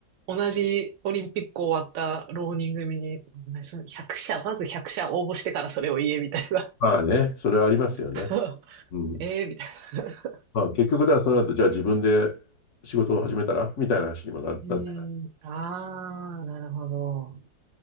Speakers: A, on the right; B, on the left.
A: 同じオリンピック終わった浪人組に、その100社、まず100社応募してからそれを言え、みたいな。
B: まあね、それはありますよね。
A: <laughs>
B: うん。
A: ええ、みたいな。
B: まあ結局だらその後、じゃあ自分で仕事を始めたらみたいな話にもな、
A: <laughs>
B: なっ
A: うーん、ああ、なるほど。